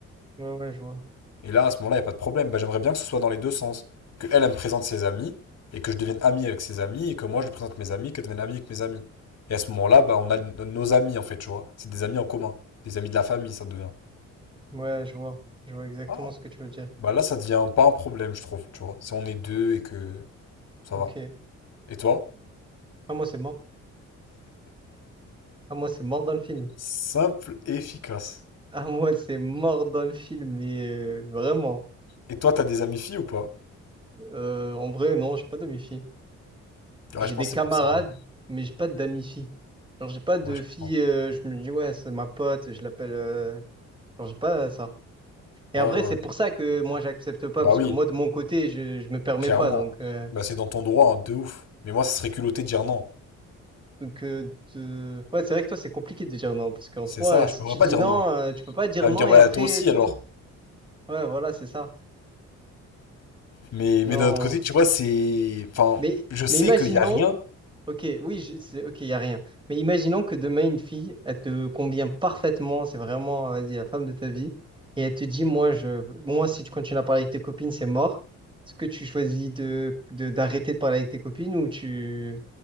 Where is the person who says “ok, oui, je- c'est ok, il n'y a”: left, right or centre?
Right